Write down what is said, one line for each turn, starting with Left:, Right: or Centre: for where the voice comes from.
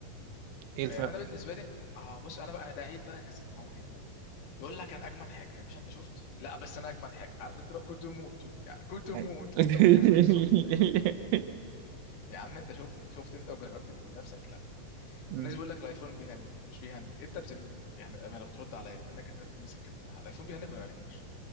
Right: ايه الفرق
Left: يعني انا بالنسبه لي اه بص انا بقى ده عيب بقى الناس اللي معاهم ايفون يقول لك انا اجمد حاجه يا باشا انت شفت لا بس انا اجمد حاجه عارف انت لو كنت موت يعني كنت موت
Right: أيوة. <laughs>
Left: لو يعني انت شفت ده يا عم انت شفت شفت انت وجربت بنفسك لا
Right: مم.
Left: والناس بيقول لك الايفون بيهنج مش بيهنج انت بذمتك يعني بأمانة لو ترد عليا بما انك انت ماسك بتاع الايفون بيهنج ولا ما بيهنجش